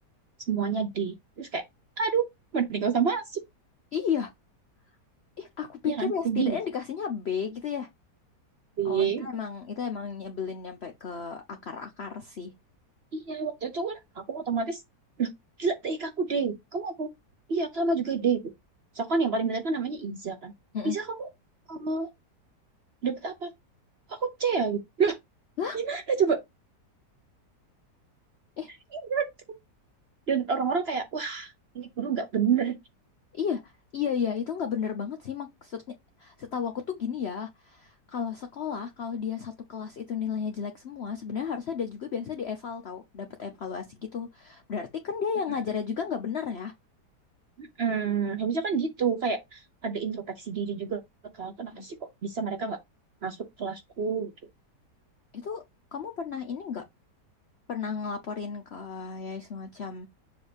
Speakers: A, on the right (about 55°); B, on the left (about 50°).
A: semuanya D terus kayak aduh mending gak usah masuk
B: iya ih aku pikir
A: Iya kan?
B: ya
A: Rugi
B: setidaknya
A: nggak sih?
B: dikasihnya B gitu ya
A: Di
B: oh itu emang itu emang nyebelin nyampe ke akar-akar sih
A: Iya, waktu itu kan aku otomatis, loh, gila TIK aku D. Kamu aku, iya sama juga D itu. Soalnya kan yang paling benar kan namanya Iza kan.
B: Mm-mm.
A: Iza kamu eh, dapet apa? Aku C ya gitu. Loh,
B: Lah,
A: gimana coba?
B: eh,
A: Iya. Dan orang-orang kayak, wah ini guru nggak bener.
B: iya, iya, iya, itu nggak bener banget sih maksudnya. Setahu aku tuh gini ya, kalau sekolah, kalau dia satu kelas itu nilainya jelek semua, sebenarnya harusnya ada juga biasa di eval tahu, dapat evaluasi gitu. Berarti kan dia
A: Hmm.
B: yang ngajarnya juga nggak bener ya.
A: Hmm, harusnya kan gitu. Kayak ada introspeksi diri juga kan. Kenapa
B: Mm.
A: sih kok bisa mereka nggak masuk kelasku gitu.
B: Itu kamu pernah ini nggak? Pernah ngelaporin ke ya semacam